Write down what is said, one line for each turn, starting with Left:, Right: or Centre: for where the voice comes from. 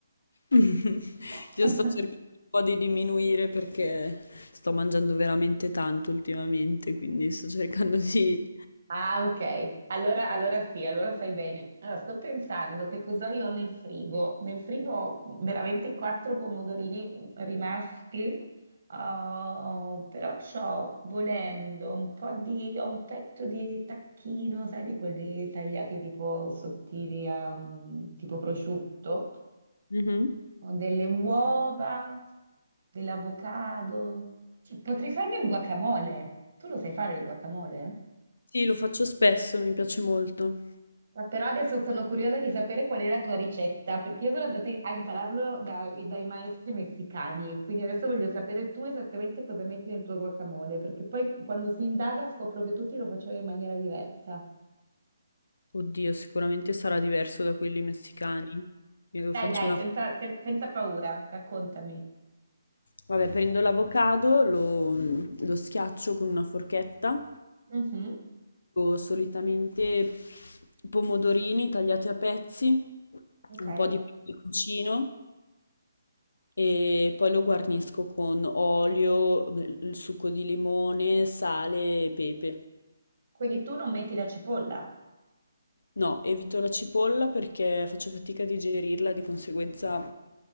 Left: <laughs>
Right: <laughs>
Left: Io sto cercando un po' di diminuire perché sto mangiando veramente tanto ultimamente, quindi sto cercando di...
Right: Ah, ok. Allora, allora sì, allora fai bene. Allora, sto pensando che cosa io ho nel frigo. Nel frigo ho veramente quattro pomodorini rimasti, oh, però c'ho, volendo, un po' di, ho un petto di tacchino, sai, di quelli tagliati tipo sottili, a, mm, tipo prosciutto.
Left: Mhm.
Right: Ho delle uova, dell'avocado. Cioè, Potrei farmi un guacamole. Tu lo sai fare il guacamole?
Left: Sì, lo faccio spesso, mi piace molto.
Right: Ma Però adesso sono curiosa di sapere qual è la tua ricetta, perché io sono andata a impararlo da- dai maestri messicani, quindi adesso voglio sapere tu esattamente cosa metti nel tuo guacamole, perché poi quando si indaga scopro che tutti lo facevano in maniera diversa.
Left: Oddio, sicuramente sarà diverso da quelli messicani. Io faccio
Right: Dai, dai,
Left: una...
Right: senza, sen- senza paura, raccontami.
Left: Vabbè, prendo l'avocado, lo, mhmm, lo schiaccio con una forchetta.
Right: Mhm,
Left: Ho solitamente pomodorini tagliati a pezzi,
Right: Ok,
Left: un po' di peperoncino. e poi lo guarnisco con olio, beh, il succo di limone, sale e pepe.
Right: quindi tu non metti la cipolla
Left: No, evito la cipolla perché faccio fatica a digerirla, di conseguenza